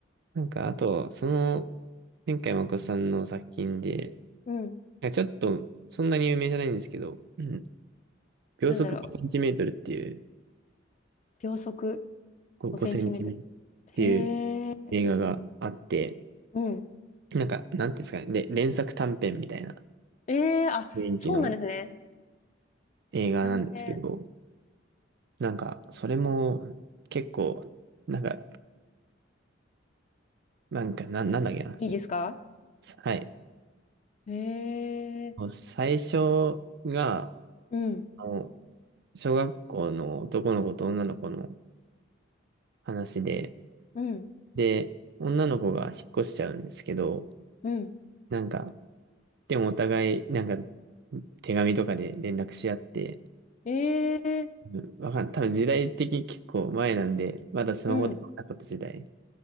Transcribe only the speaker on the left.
うん。
なんだろう。秒速
5センチメートル。
へえ。
うん。
ええあ、
そうなんですね。
短編。
いいですか
ええ
うん、
うん、
うん。
ええ
うん。